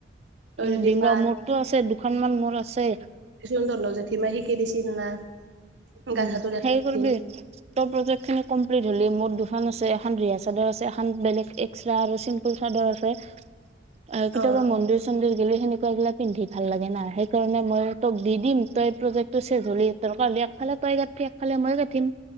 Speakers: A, on the right; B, on the right.
A: তই
B: উম
A: যদি
B: দিম
A: পা
B: ৰ মোৰটো আছে দুখন মান মোৰ আছে।
A: চোন ধৰণ জেঠি মাহ শিকে দিছিল না
B: উম
A: গাঁতফাটো দেখাই
B: হেৰি
A: দিছিল
B: কৰিবি তোৰ প্ৰজেক্ট খিনি কমপ্লিট হলি মোৰ দুখ খন আছে এখন ৰিহা চাদৰ আছে এখন বেলেগ এক্সট্ৰা আৰু চিম্পুল চাদৰ আছে। আৰু কেতিয়াবা
A: অ
B: মন্দিৰ-চন্দিৰ গেলে সেনেকুৱা বিলাক পিন্ধি ভাল লাগে না সেইকাৰণে মই তোক দি দিম। তই প্ৰজেক্টটো চেচ হ'ল দৰকাৰ হলে ত এফালে তই গঠিবি, একফালে মই গাঠিম।